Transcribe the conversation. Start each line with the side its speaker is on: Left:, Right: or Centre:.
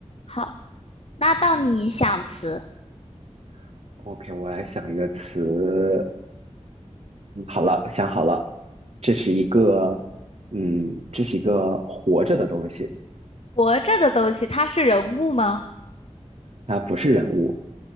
Left: 好，那到你想词，
Right: <laughs> OK，我来想一个词。好了，想好了，这是一个，嗯，这是一个活着的东西，
Left: 活着的东西，它是人物吗？
Right: 它不是人物。